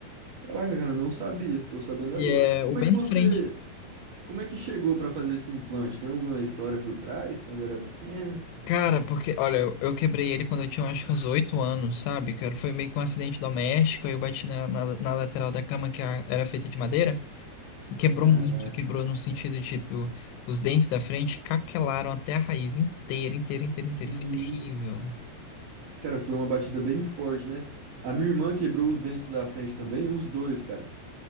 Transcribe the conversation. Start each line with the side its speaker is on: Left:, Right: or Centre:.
Right: Caraca, cara, eu não sabia. Tô sabendo
Left: E
Right: agora.
Left: é
Right: Como
Left: o bem
Right: é que você,
Left: de frente.
Right: como é que chegou pra fazer esse implante? Tem alguma história por trás quando era pequeno?
Left: Cara, porque, olha, eu, eu quebrei ele quando eu tinha eu acho que uns oito anos, sabe? Que era- foi meio que um acidente doméstico, aí eu bati na, na, na lateral da cama que a- era feita de madeira e quebrou
Right: Caraca.
Left: muito, quebrou no sentido de, tipo, os dentes da frente caquelaram até a raiz inteira, inteira, inteira, inteira.
Right: Me...
Left: Foi terrível.
Right: Cara, foi uma batida bem forte, né? A minha irmã quebrou os dentes da frente também, os dois, cara.